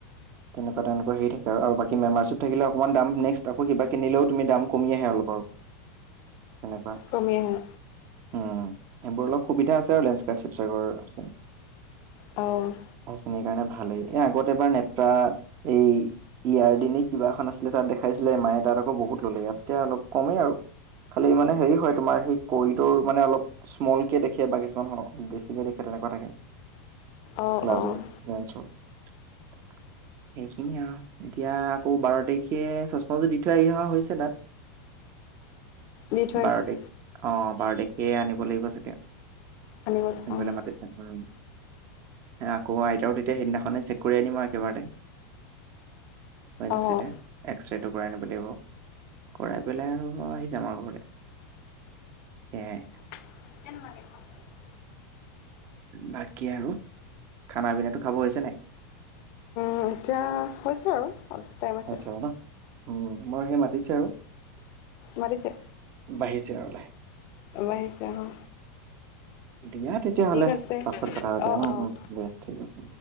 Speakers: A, on the right; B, on the left.
A: তেনেকুৱা তেওঁলোকৰ হেৰি থাক আৰু বাকী মেম্বাৰশ্বিপ থাকিলে অকমান দাম, নেক্সট আকৌ কিবা কিনিলেও তুমি দাম কমি আহে অলপ আৰু। তেনেকুৱা।
B: কমি আহে।
A: উম। সেইবোৰ অলপ সুবিধা আছে আৰু লেঞ্চকাৰ্ত চিবচাগৰৰ আছে।
B: অ'।
A: অফখিনিৰ কাৰণে ভালেই। এই আগত এবাৰ নেত্ৰা এই ইয়াৰ দি নে কিবা এখন আছিলে তাত দেখাইছিলে মায়ে। তাত আকৌ বহুত ল'লে। ইয়াতে অলপ কমেই আৰু। খালি মানে হেৰি হয় তোমাৰ সেই কৰিডৰ মানে অলপ স্মলকে দেখে বা কিছুমান বেছিকে দেখে তেনেকুৱা থাকে।
B: অ',
A: লাজো
B: অ',
A: লেন্সৰ। সেইখিনিয়ে আৰু। এতিয়া আকৌ বাৰ তাৰিখে চছমাযোৰ দি থৈ আহি অহা হৈছে তাত।
B: দি থৈ
A: বাৰ
B: আহিছোঁ
A: তাৰিখ। অ', বাৰ তাৰিখে আনিব লাগিব চাগে।
B: আনিব অ',
A: অনিবলে মাতিছ উম। আকৌ আইতাও তেতিয়া সেইদিনাখনেই চেক কৰি আনিম আৰু একেবাৰেতে। ৱাইনচিতে
B: অ',
A: এক্স ৰেটো কৰাই আনিব লাগিব। কৰাই পেলাই আৰু আহি যাম আৰু ঘৰলে। সেয়াই।
B: <unintelligible>
A: বাকী আৰু খানা-পিনাটো খাব হৈছে নে?
B: মজা হৈছে আৰু টাইম আছে
A: হৈছে আৰু ন? উম, মই সেই মাতিছে আৰু।
B: মাতিছে?
A: বাঢ়িছে আৰু ওলাই
B: বাঢ়িছে আহা
A: দিয়া তেতিয়াহ'লে
B: আছে
A: পাছত কথা পতিম
B: অ',
A: উম
B: অ',
A: উম দিয়া ঠিক আছে